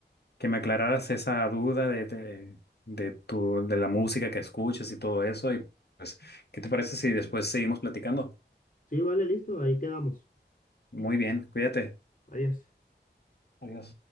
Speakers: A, on the left; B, on the left.
A: que me aclararas esa duda de, de, de tu, de la música que escuchas y todo eso. Y pues, ¿qué te parece si después seguimos platicando?
B: Sí, vale, listo, ahí quedamos.
A: Muy bien, cuídate.
B: Adiós.
A: Adiós.